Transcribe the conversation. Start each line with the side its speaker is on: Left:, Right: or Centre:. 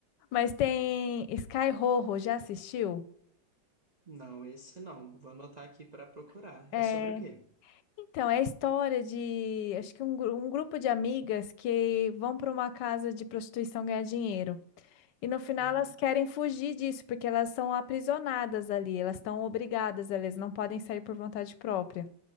Left: Mas tem Sky Rojo, já assistiu?
Right: Não, esse não. Vou anotar aqui para procurar.
Left: É.
Right: É sobre o quê?
Left: Então, é a história de, acho que um, gru- um grupo de amigas que vão para uma casa de prostituição ganhar dinheiro. E no final
Right: Uhum.
Left: elas querem fugir disso, porque elas são aprisionadas ali, elas estão obrigadas, elas não podem sair por vontade própria.